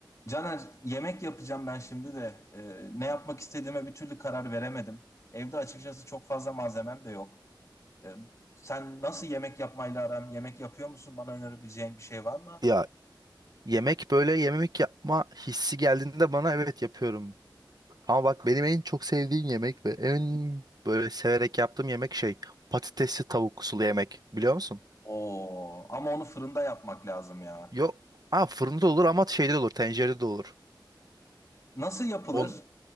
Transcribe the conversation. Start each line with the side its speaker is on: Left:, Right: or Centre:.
Left: Caner yemek yapacağım ben şimdi de Ee, ne yapmak istediğime bir türlü karar veremedim. Evde açıkçası çok fazla malzemem de yok. Ee, sen nasıl yemek yapmayla aran? Yemek yapıyor musun? Bana önerebileceğin bir şey var mı?
Right: Ya yemek böyle yemek yapma hissi geldiğinde bana evet yapıyorum. Ama bak benim en çok sevdiğim yemek ve en böyle severek yaptığım yemek şey patatesli tavuk sulu yemek biliyor musun?
Left: Oo, ama onu fırında yapmak lazım ya.
Right: Yok. Ha fırında da olur ama şeyde de olur tencerede de olur.
Left: Nasıl yapılır?
Right: On